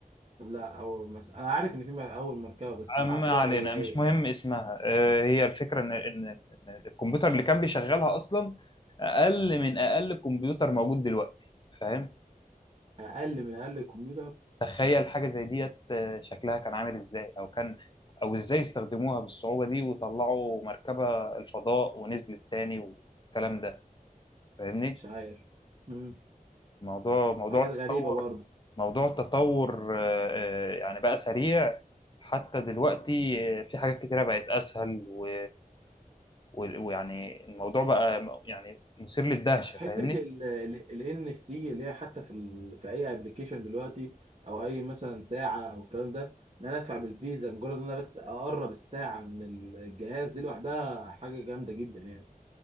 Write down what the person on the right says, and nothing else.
لا او مثلا انا عارف ان في م- اول مركبة بس
ما
اعرفش بقى
هي
ايه
اقل من اقل الكمبيوتر
مش عارف مم.
حاجات
غريبة برضه
في حته
ال ان اف سي اللي هي حتى في ال... في اي ابلكيشن دلوقتي او اي مثلا ساعه او الكلام ده ان انا ادفع بالفيزا مجرد ان انا بس اقرب الساعه من الجهاز دي لوحدها حاجه جامده جدا يعني